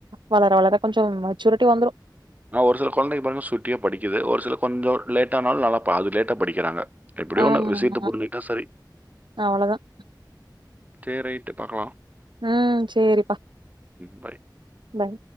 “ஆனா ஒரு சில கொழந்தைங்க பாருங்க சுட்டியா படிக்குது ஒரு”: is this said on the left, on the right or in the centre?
Right